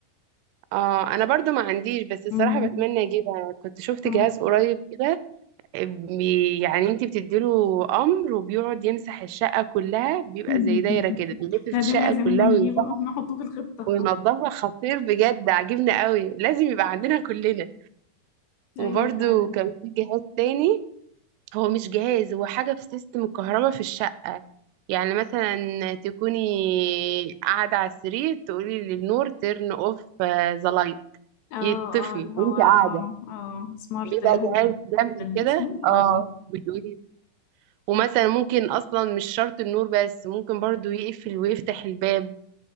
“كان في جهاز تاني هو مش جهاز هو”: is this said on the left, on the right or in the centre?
Right